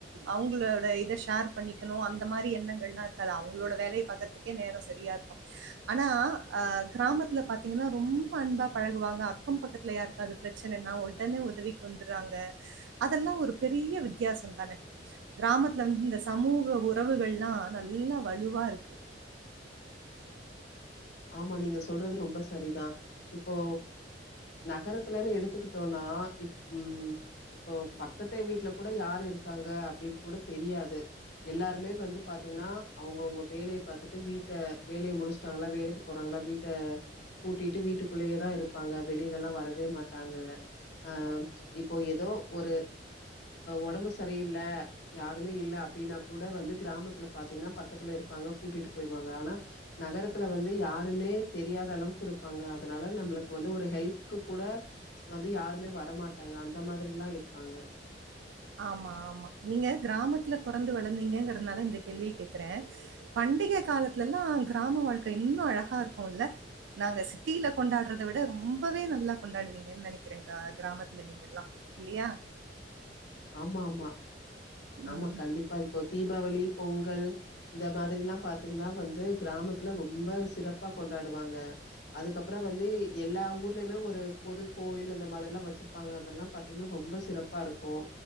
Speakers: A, on the right (about 85°); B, on the left (about 65°).
A: அவுங்களோட இத ஷேர் பண்ணி க்கனு அந்த மாரி எண்ணங்கள்லா இருக்காது அவங்களோட வேலைய பக்கத்துக்கே நேரோ சரியா இருக்கு ஆனா கிராமத்துல் பாத்தீங்கன்னா ரொம்ப அன்பாக பழகுவாங்க அக்கம் பக்கத்தில யாருக்காது பிரச்சனனா உடனே உதவி வந்துறாங்க அதெல்லா ஒரு பெரிய வித்தியாசொ தானே கிராமத்துல்ல வந்து இந்த சமூக உறவுகள்லாம் நல்லா வலுவா இருக்கு
B: ஆமா நீங்க சொல்றது ரொம்ப சரிதான் இப்போ நகரத்துலன்னு எடுத்துக்கிட்டோனா இப் ம் இப்போ பக்கத்து வீட்டுல கூட யாரு இருக்காங்க அப்படின்னு கூட தெரியாது எல்லாருமே வந்து பாத்தீங்கன்னா அவங்கவுங்க வேலைய பாத்துட்டு வீட்ட வேலைய முடிச்சுட்டாங்களா வேலை க்கு போறாங்களா வீட்ட பூட்டிட்டு வீட்டுக்குள்ளயேதா இருப்பாங்க வெளிலேலா வரவே மாட்டாங்க அ இப்போ ஏதோ ஒரு ஒடம்பு சரியில்ல யாருமே இல்ல அப்டின்னா கூட வந்து கிராமத்துல பாத்தீங்கன்னா பக்கத்துல இருப்பாங்க கூட்டிட்டு போயிருவாங்க ஆனா நகரத்துல வந் து யாருனே தெரியாத அளவுக்கு இருப்பாங்க அதனால நம்மளுக்கு வந்து ஒரு ஹெல்ப்க்கு கூட வந்து யாருமே வரமாட்டாங்க அந்த மாதிரில்லா இருப்பாங்க
A: ஆமா ஆமா நீங்க கிராமத்துல பொறந்து வளந்தீங்கங்கறனால இந்த கேள்விய கேக்குற பண்டிக காலத்துலல்லா கிராம வாழ்க்க இன்னு அழகா இருக்குல்ல நாங்க சிட்டில கொண்டாடுறத விட ரொம்பவே நல்லா கொண்டாடுவீங்கன் நெனக்கிறேங்க்கா கிராமத்துல நீங்கெல்லா இல்லியா
B: ஆமா ஆமா ஆமா
A: ம்.
B: கண்டிப்பா இப்போ தீபாவளி பொங்கல் இந்த மாதிரில்லா பாத்தீங்கன்னா வந்து கிராமத்துல ரொம்ப சிறப்பா கொண்டாடுவாங்க அதுக்கப்றோ வந்து எல்லா ஊர்லயுமே ஒரு பொது கோவில் இந்த மாதிரில்லா வச்சிருப்பாங்க அதெல்லா பாத்தீங்ன்னா ரொம்ப சிறப்பா இருக்கு